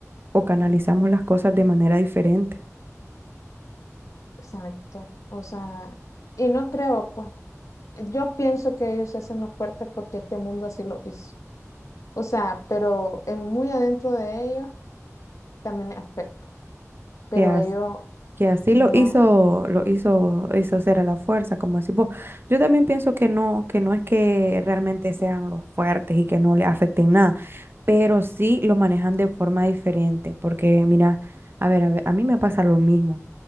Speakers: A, on the right (about 45°); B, on the left (about 70°).
A: o canalizamos las cosas de manera diferente.
B: Exacto, o sea, y no creo, pues, yo pienso que ellos se hacen los fuertes porque este mundo así lo hizo. O sea, pero en muy adentro de ellos también les afecta, pero
A: que, as-
B: ellos
A: que así
B: no.
A: lo hizo, lo hizo, hizo ser a la fuerza, como decís vos. Yo también pienso que no, que no es que realmente sean los fuertes y que no le afecten nada. pero sí lo manejan de forma diferente, porque mira, a ver, a ve- a mí me pasa lo mismo.